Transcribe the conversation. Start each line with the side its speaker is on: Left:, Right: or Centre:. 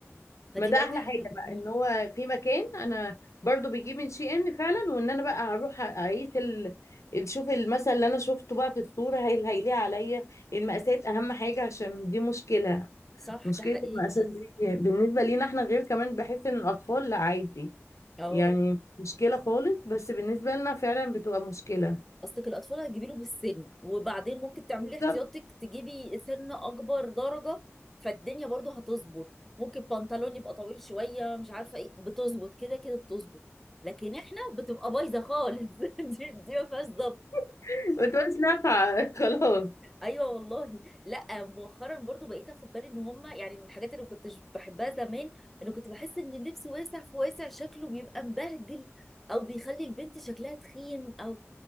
Centre: فدي
Left: ما ده
Centre: بقت
Left: احلى
Centre: حاجة
Left: حاجه
Centre: جميلة
Left: بقى ان هو في مكان انا برضو بيجيب من شي ان فعلا وان انا بقى هروح اقيس ال... شوف المثل اللي انا شفته بقى في الصوره هل هيليق عليا المقاسات اهم حاجه عشان دي مشكله
Centre: صح
Left: مشكله
Centre: ده حقيقي
Left: المقاسات دي بالنسبه لينا احنا غير كمان بحس ان الاطفال لا عادي
Centre: اه
Left: يعني مشكله خالص بس بالنسبه لنا فعلا بتبقى مشكله
Centre: اصلك الاطفال هتجيبي له بالسن وبعدين ممكن تعملي
Left: بالظبط
Centre: احتياطك تجيبي سن اكبر درجة فالدنيا برضو هتظبط ممكن بنطلون يبقى طويل شوية مش عارفة ايه بتظبط كده كده بتظبط لكن احنا بتبقى بايظة خالص <laughs> دي دي ما فيهاش ظبط
Left: <laughs> بتبقى مش نافعه <laughs> خلاص
Centre: ايوه والله لا مؤخرا برضو بقيت اخد بالي ان هما يعني من الحاجات اللي ما كنتش بحبها زمان انه كنت بحس ان اللبس واسع في واسع شكله بيبقى مبهدل او بيخلي البنت شكلها تخين او